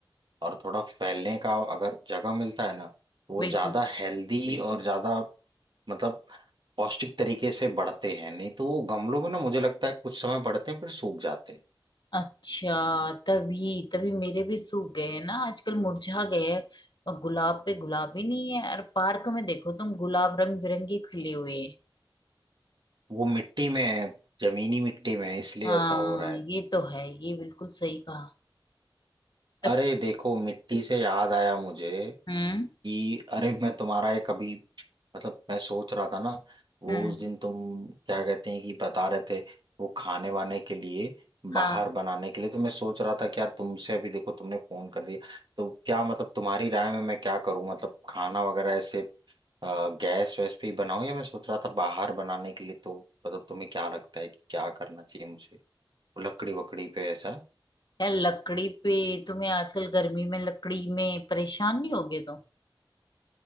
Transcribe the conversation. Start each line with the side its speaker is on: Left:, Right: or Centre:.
Right: और थोड़ा फैलने का अगर जगह मिलता है ना तो वो
Left: बिल्कुल
Right: ज्यादा हेल्दी और ज्यादा मतलब पौष्टिक तरीके से बढ़ते हैं नहीं तो वो गमलों में ना मुझे लगता है कुछ समय बढ़ते हैं फिर सूख जाते हैं
Left: अच्छा तभी तभी मेरे भी सूख गए हैं ना आजकल मुरझा गए हैं और गुलाब पे गुलाब ही नहीं है और पार्क में देखो तुम गुलाब रंग बिरंगे खिले हुए हैं
Right: वो मिट्टी में है जमीनी मिट्टी में है, इसलिए
Left: हाँ
Right: ऐसा हो रहा है
Left: ये तो है ये बिल्कुल सही कहा तब-
Right: अरे देखो मिट्टी से याद आया मुझे
Left: हम्म
Right: कि अरे मैं तुम्हारा एक अभी मतलब मैं सोच रहा था ना वो
Left: हम्म
Right: उस दिन तुम क्या कहते हैं कि बता रहे थे वो खाने वाने के लिए
Left: हाँ
Right: बाहर बनाने के लिए तो मैं सोच रहा था कि यार तुमसे अभी देखो तुमने फोन कर दिया तो क्या मतलब तुम्हारी राय में मैं क्या करूं मतलब खाना वगैरह ऐसे अ, गैस वैस पे ही बनाऊं या मैं सोच रहा था बाहर बनाने के लिए तो मतलब तुम्हें क्या लगता है कि क्या करना चाहिए मुझे लकड़ी वकड़ी पे ऐसा
Left: यार लकड़ी पे तुम्हें आजकल गर्मी में लकड़ी में परेशान नहीं होगे तो